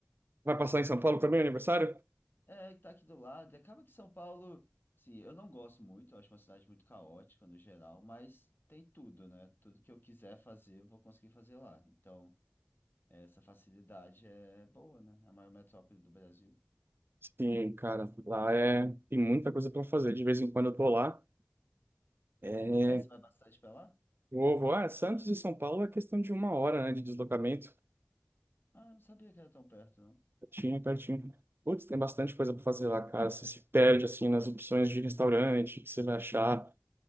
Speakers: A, on the right; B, on the left.
A: Vai passar em São Paulo também, aniversário?
B: É, que tá aqui do lado. E acaba que São Paulo, sim, eu não gosto muito, eu acho uma cidade muito caótica no geral, mas tem tudo, né? Tudo que eu quiser fazer, eu vou conseguir fazer lá. Então, essa facilidade é boa, né? É A maior metrópole do Brasil.
A: Sim, cara, lá é tem muita coisa para fazer. De vez em quando eu tô lá. É,
B: É, você vai bastante pra lá?
A: vou, vou. Ah, Santos e São Paulo é questão de uma hora, né, de deslocamento.
B: Ah, não sabia que era tão perto, não.
A: Pertinho, pertinho. Putz, tem bastante coisa para fazer lá, cara. Você se perde assim nas opções de restaurante que você vai achar.